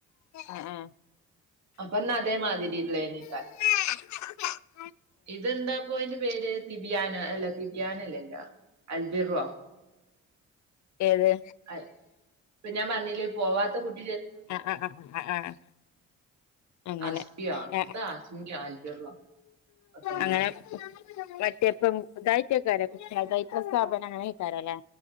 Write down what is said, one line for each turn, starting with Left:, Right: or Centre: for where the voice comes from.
Left: ആഹ് ആഹ്
Right: അപ്പൊന്നാ അതേ മാതിരിയില്ലേനി
Left: ആ
Right: ഇതെന്താപ്പ അയിന്റെ പേര് തിബിയാനോ അല്ല തിബിയാനോ അല്ലല്ലോ അൽബിറോ
Left: ഏത്
Right: അൽ ഇപ്പൊ ഞാൻ പറഞ്ഞില്ലേ പോവാത്ത കുട്ട്
Left: ആഹ് ആഹ് ആഹ് അങ്ങനെ
Right: അസ്പിയോ
Left: ഏഹ്
Right: ത അസ്മിയോ അൽബിറോ ഒക്കെല്ലേ
Left: അങ്ങനെ മറ്റേപ്പം ഇതാറ്റായിക്കാരം <unintelligible> സ്ഥാപനം അങ്ങനെ ആയിക്കാരം ല്ലേ